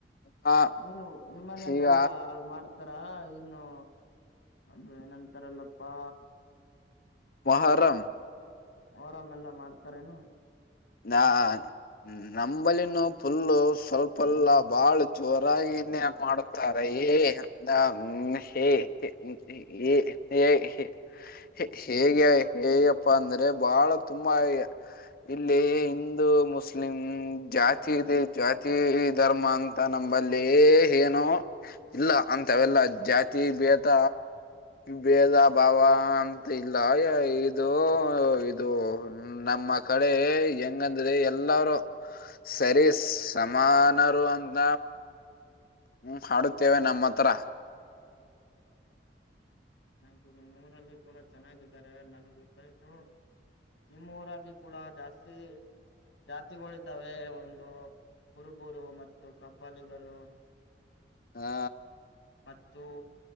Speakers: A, on the left; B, on the left.
A: ಹ
B: ನೀವು ನಿಮ್ಮನೇಲೆಲ್ಲಾ
A: ಈಗ
B: ಮಾಡ್ತಾರ್ <unintelligible> ಇನು ಅದು ಏನಂತಾರಲ್ಲಪ್ಪಾ
A: ಮೊಹರಂ
B: ಮೊಹರಂ ಎಲ್ಲ ಮಾಡ್ತಾರೇನು.
A: ನ <unintelligible> ನಂಬಲಿನೂ ಫುಲ್ಲು ಸ್ವಲ್ಪಲ್ಲ ಬಾಳ ಜೋರಾಗಿ <unintelligible> ಮಾಡುತ್ತಾರೆ <unintelligible> <unintelligible> ಹೇಗೆ ಹೇಗಪ್ಪಾ ಅಂದ್ರೆ ಬಾಳ ತುಂಬಾ <unintelligible> ಇಲ್ಲಿ ಹಿಂದೂ ಮುಸ್ಲಿಂ ಜಾತಿ ಇದೆ ಜಾತಿ ಧರ್ಮ ಅಂತ ನಮ್ಮಲ್ಲಿ. <unintelligible> ಏನು ಇಲ್ಲ ಅಂತವೆಲ್ಲ ಜಾತಿ ಭೇದ ಭೇದ ಭಾವ ಅಂತ ಇಲ್ಲ <unintelligible> ಇದು ಇದು ನಮ್ಮ <unintelligible> <unintelligible> ಹೆಂಗಂದ್ರೆ ಎಲ್ಲಾರೂ ಸರಿ ಸಮಾನರು ಅಂತ. ಹ್ಮ್ ಹಾಡುತ್ತೇವೆ ನಮ್ಮ ಹತ್ರ.
B: <unintelligible> ನಿಮ್ಮರಲ್ಲಿ ಕೂಡ ಚೆನ್ನಾಗಿದ್ದಾರೆ ನನ್ಗ್ ಗೊತ್ತಾಯ್ತು. ನಿಮ್ಮ ಊರಲ್ಲಿ ಕೂಡ ಜಾಸ್ತಿ ಜಾತಿಗಳಿದ್ದಾವೆ ಒಂದು ಕುರುಬೂರು ಮತ್ತು ಕಬ್ಬಲಿಗರು
A: ಹಾ.
B: ಮತ್ತು